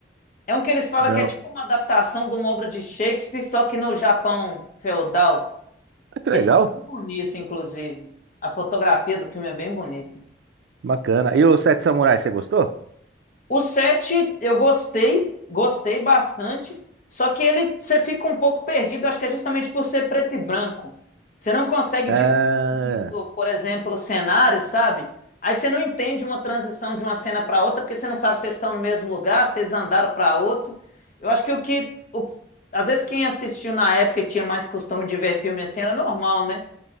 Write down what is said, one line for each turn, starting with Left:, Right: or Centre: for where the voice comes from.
Left: É um que eles falam
Right: não.
Left: que é tipo uma adaptação de uma obra de Shakespeare, só que no Japão feudal.
Right: Que legal,
Left: Esse é bem bonito, inclusive. A fotografia do filme é bem bonita.
Right: bacana. E o Sete Samurais, você gostou?
Left: O 7 eu gostei, gostei bastante, só que ele você fica um pouco perdido, acho que é justamente por ser preto e branco. Você não consegue
Right: Ah,
Left: diferir muito, por exemplo, cenários, sabe? Aí você não entende uma transição de uma cena para outra, porque você não sabe se vocês estão no mesmo lugar, se vocês andaram para outro. Eu acho que o que o- às vezes quem assistiu na época e tinha mais costume de ver filme assim era normal, né?